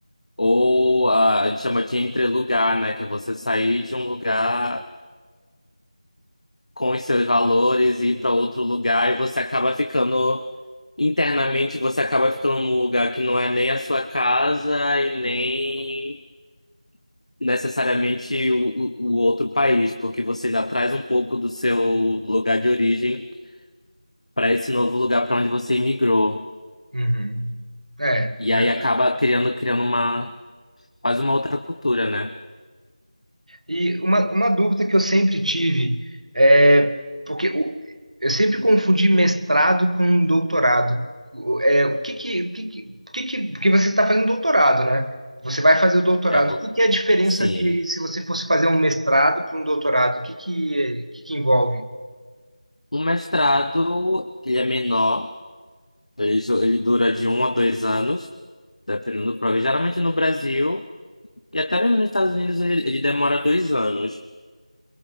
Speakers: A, on the left; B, on the right.
A: Ou ah, a gente chama de entrelugar, né? Que é você sair de um lugar com os seus valores e ir para outro lugar e você acaba ficando, internamente, você acaba ficando num lugar que não é nem a sua casa e nem. necessariamente o, o o outro país, porque você já traz um pouco do seu lugar de origem para esse novo lugar para onde você imigrou.
B: Uhum. É,
A: E
B: verdade.
A: aí acaba criando, criando uma, quase uma outra cultura, né?
B: E uma, uma dúvida que eu sempre tive é porque o- eu sempre confundi mestrado com doutorado. O- É, o que que, o que que, o que que- porque você está fazendo doutorado, né? Você vai fazer o doutorado.
A: É, vo-
B: O que que é a diferença
A: sim.
B: de se você fosse fazer um mestrado para um doutorado? O que que, o que que envolve?
A: um mestrado, ele é menor, ele, ju- ele dura de um a dois anos, dependendo do programa. Geralmente no Brasil, e até mesmo nos Estados Unidos, ele, ele demora dois anos.